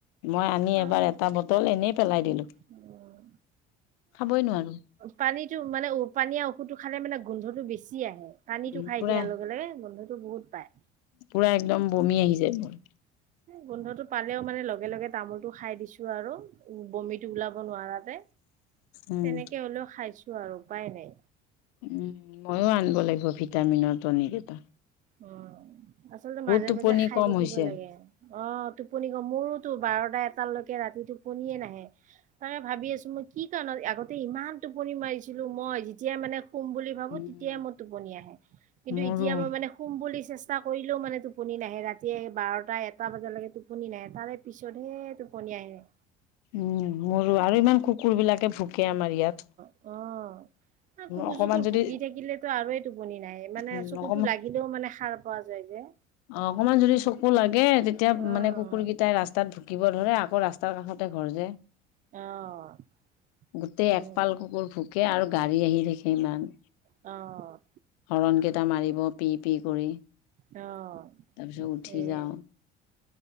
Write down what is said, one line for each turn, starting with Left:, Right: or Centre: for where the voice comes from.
Left: মই আনি
Right: অ
Left: এবাৰ এটা বটল এনেই পেলাই দিলো
Right: উম
Left: খাবই নোৱাৰো
Right: পানীতটো মানে পানীয়া ঔুধটো খালে মানে গোন্ধটো বেছি আহে পানীো
Left: উম
Right: খাই
Left: পুৰা
Right: দিয়াৰ লগে লগে বন্ধুতটো বহুত পাই
Left: পূৰা একদম বমি আহি যায় মোৰ
Right: গোন্ধটো পালেও মানে লগে লগে তামোলতটো খাই দিছো আৰু উ বমিটো ওলাব নোৱাৰাতে
Left: উম।
Right: তেনেকে হলেও খাইছো আৰু উপায় নাই
Left: উম ময়ো আনিব লাগিব ভিটামিনৰ ন কেইটা
Right: অ আচলতে মাজে
Left: টোপনি
Right: মাজে খাই
Left: কম
Right: থাকিব
Left: হৈছে।
Right: লাগে অ টোপনি ক মোৰোতো বাৰটা এটালৈকে ৰাতি টোপনিয়ে নাহে তাৰে ভাবি আছো মই কি কাৰণত আগতে ইমান টোপনি মাৰিছিলো মই যেতিয়াই মানে খোম বুলি ভো
Left: উম
Right: তেতিয়াই মই টোপনি আহে কিন্তু
Left: মোৰো
Right: এতিয়া মই মানে কোম বুলি চেষ্টা কৰিলেও মানে টোপনি নাহে ৰাতিয়ে বাৰটা এটা বজালৈকে টোপনি নাহে তাৰে পিছতহে টোপনীয়া আহ
Left: উম, মৰু আৰু ইমান কুকুৰ বিলাকে ভোকে আমাৰ ইয়াত।
Right: অ', কুকুৰ
Left: অকমান
Right: চুকুৰ
Left: যদি
Right: ভুকি থাকিলেতো আৰুেই টোপনি নাহে, মানে
Left: উম
Right: চকুতো
Left: অকমান
Right: লা গিলেও মানে সাৰ পোৱা যায় যে।
Left: অ', অকনমান যদি চকু লাগে তেতিয়া
Right: অ'।
Left: মানে কুকুৰ কেইটাই ৰাস্ত তাত ভুকিব ধৰে, আকৌ ৰাস্তাৰ কাষতে ঘৰ যে।
Right: অ',
Left: গোটেই
Right: তেনেকুৱা
Left: একপাল কুকুৰ ভুকে আৰু গাড়ী আহি থাকে ইমান।
Right: অ',
Left: হৰণ কেইটা মাৰিব পি, পি কৰি।
Right: অ'।
Left: তাৰপিছত উঠি
Right: সেই
Left: যাওঁ।